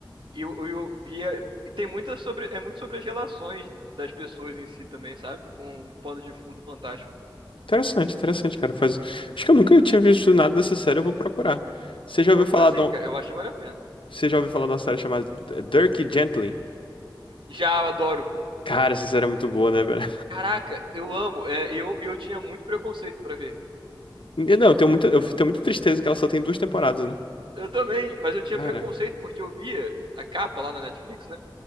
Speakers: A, on the right (about 75°); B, on the left (about 85°).
A: e, o- e, o- e é- e tem muita sobre, é muito sobre as relações das pessoas em si também, sabe? Com um pano de fundo fantástico.
B: Interessante, interessante, cara. Faz... Acho que eu nunca tinha visto nada dessa série, eu vou procurar. Você já ouviu
A: Procura
B: falar
A: sim,
B: de um...
A: cara, eu acho que vale a pena.
B: Você já ouviu falar de uma série chamada Dirk Gently?
A: Já, eu adoro.
B: Cara, essa série é muito boa, né, velho?
A: Caraca, eu amo. É, eu, e eu tinha muito preconceito pra ver.
B: <laughs> Não, eu tenho muita, eu tenho muita tristeza que ela só tem duas temporadas, né?
A: Eu também, mas eu tinha
B: Cara.
A: preconceito porque eu via a capa lá na Netflix, né?